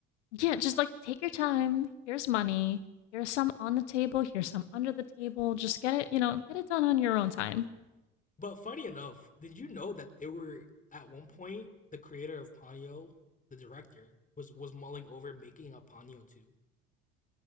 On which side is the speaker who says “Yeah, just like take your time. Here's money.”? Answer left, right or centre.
Left